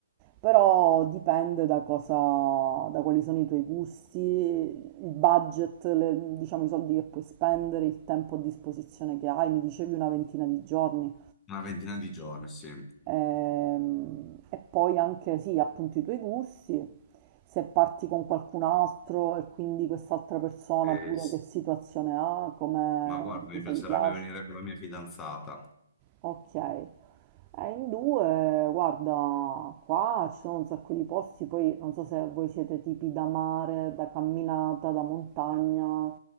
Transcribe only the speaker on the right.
Però dipende da cosa, da quali sono i tuoi gusti, il budget, le- diciamo i soldi che puoi spendere, il tempo a disposizione che hai. Mi dicevi una ventina di giorni.
Ehm, e poi anche, sì, appunto i tuoi gusti, se parti con qualcun altro e quindi quest'altra persona
pure
che situazione ha, come,
cosa
gli piace.
Ok. Eh, in due, guarda, qua ci sono un sacco di posti, poi non so se voi siete tipi da mare, da camminata, da montagna,